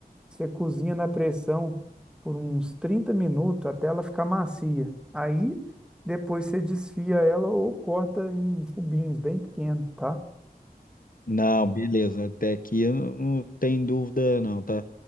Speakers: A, in the centre; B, on the left (about 60°).
A: você cozinha na pressão por uns 30 minutos até ela ficar macia. Aí depois você desfia ela ou corta em cubinhos bem pequenos, tá?
B: Não, beleza. Até aqui eu não tem dúvida, não. Tá,